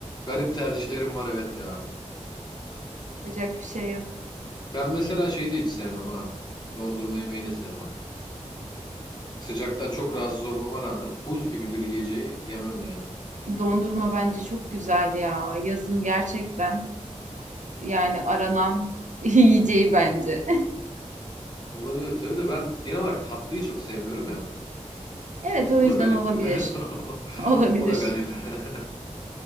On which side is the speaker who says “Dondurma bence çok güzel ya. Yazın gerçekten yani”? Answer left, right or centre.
Right